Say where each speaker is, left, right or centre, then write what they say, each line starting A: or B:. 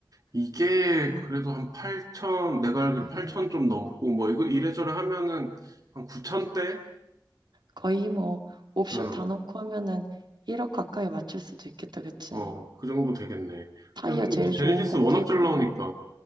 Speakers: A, on the right; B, on the right.
A: 이게
B: 음,
A: 그래도 한 8천, 내가 알기로
B: 음,
A: 8천 좀 넘고, 뭐, 이거 이래저래 하면은 한 9천대?
B: 거의 뭐 옵션
A: 어,
B: 다 넣고 하면은 1억 가까이 맞출 수도 있겠다, 그치?
A: 어, 그 정도 되겠네. 근데
B: 타이어
A: 요즘
B: 제일
A: 뭐,
B: 좋은
A: 제네시스
B: 거
A: 워낙
B: 끼고
A: 잘 나오니까,